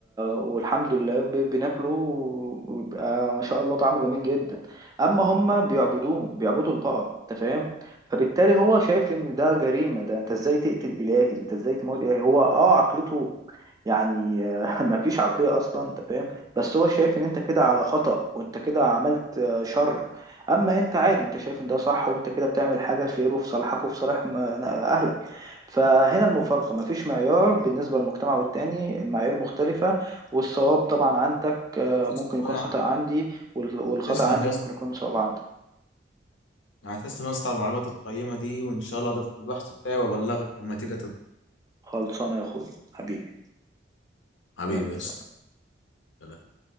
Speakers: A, on the right; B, on the left.
A: والحمد لله ب... بناكله ويبقى ما شاء الله طعمه جميل جدا أما هما بيعبدوهم بيعبدوا البقر أنت فاهم فبالتالي هو شايف إن ده جريمة ده أنت إزاي تقتل إلهي أنت إزاي تموت إلهي هو آه عقلته يعني <laughs> ما فيش عقلية أصلا أنت فاهم بس هو شايف إن أنت كده على خطأ وأنت كده عملت شر اما انت عادي انت شايف ان ده صح وانت كده بتعمل حاجه خير وفي صالحك وفي صالح م- اهلك فهنا المفارقه مفيش معيار بالنسبه للمجتمع والتاني المعايير مختلفه والصواب طبعا عندك آه،
B: <laughs>
A: ممكن يكون
B: والله يعني
A: خطأ عندي وال- والخطأ
B: تسلم
A: عندي
B: يا اسطى
A: ممكن يكون صواب عندك
B: يعني تسلم يا اسطى على المعلومات القيمة دي وان شاء الله اضيفها في البحث بتاعي وابلغك لما تيجي تطلع
A: خلصانه يا اخويا حبيبي
B: حبيبي
A: يلا
B: يا
A: سلام.
B: اسطى سلام.